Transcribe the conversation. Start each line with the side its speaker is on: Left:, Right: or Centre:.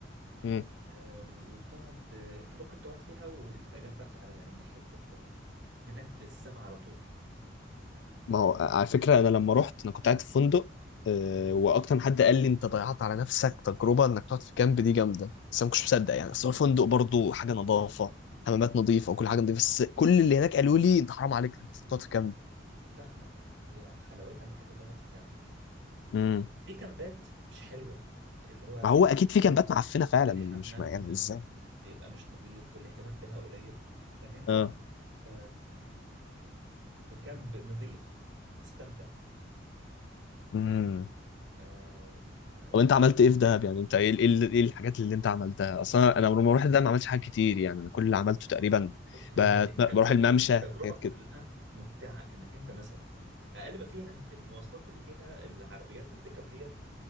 Left: امم
Right: آه وتقعد آه انت ممكن تقعد فيها ويبقى جنبك على يعني ناحية ال... منك للسما على طول
Left: ما هو على فكرة أنا لما رحت أنا كنت قاعد في فندق آه،
Right: مم.
Left: وأكتر من حد قال لي أنت ضيعت على نفسك تجربة إنك تقعد في كامب دي جامدة بس أنا ما كنتش مصدق يعني أصل هو فندق برضه حاجة نظافة حمامات نظيفة وكل حاجة نظيفة بس كل اللي هناك قالوا لي أنت حرام عليك إنك تقعد في كامب
Right: لا لا هي حلاوتها انك انت تقعد في كامب
Left: امم
Right: في كامبات مش حلوة اللي هو
Left: ما هو
Right: الحمام
Left: أكيد في كامبات معفنة فعلا
Right: الحمام
Left: أنا مش ما يعني إزاي
Right: بيبقى مش نظيف والاهتمام بها قليل لكن انت
Left: اه
Right: لو قعدت في في كامب نظيف هتستمتع
Left: امم
Right: آم،
Left: طب أنت عملت إيه في دهب يعني أنت إيه إيه إيه الحاجات اللي أنت عملتها أصلا أنا لما رحت دهب ما عملتش حاجات كتير يعني أنا كل اللي عملته تقريبا
Right: بص هي
Left: بت-
Right: التجربة
Left: بروح الممشى
Right: التجربة
Left: حاجات
Right: كلها
Left: كده
Right: ممتعة انك انت مثلا اقل ما فيها إن المواصلات اللي فيها العربيات البيك اب ديت